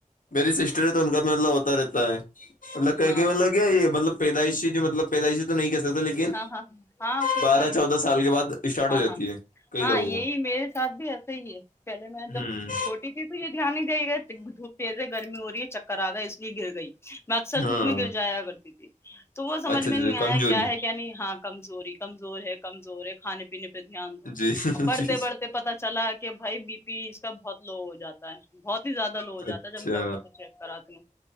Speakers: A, on the left (about 75°); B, on the left (about 20°).
A: میری سسٹر ہے تو ان کا بھی مطلب ہوتا رہتا ہے مطلب کہیں
B: ہاں
A: کہیں مطلب کیا یہ مطلب پیدائشی جو مطلب پیدائشی تو نہیں کر سکتا لیکن
B: ہاں ہاں ہاں کچھ
A: بارہ
B: ٹائم
A: چودہ سال کے بعد اسٹارٹ
B: ہاں
A: ہو جاتی
B: ہاں
A: ہے کئی
B: ہاں
A: لوگوں
B: یہی
A: کو
B: میرے ساتھ بھی ایسے ہی ہے پہلے میں جب
A: ہوں
B: چھوٹی تھی تو یہ دھیان نہیں دے گا دھوپ تیز ہے گرمی ہو رہی ہے چکر آ رہا ہے اس لیے گر گئی میں اکثر
A: ہاں
B: دھوپ میں گر جایا کرتی تھی تو وہ سمجھ
A: اچھا
B: میں
A: اچھا
B: نہیں
A: کمزوری
B: آیا کیا ہے کیا نہیں ہاں کمزوری کمزور ہے کمزور ہے کھانے پ پینے پہ دھیان دو
A: جی
B: بڑھتے
A: جی جی
B: بڑھتے پتتا چلا کہ بھائی بی پی اس کا بہت لو ہو جاتا تا ہے بہت ہی زیادہ لو ہواتا
A: اچھا
B: ہے جب میں ڈاکٹر سے چیک کراتی ہوں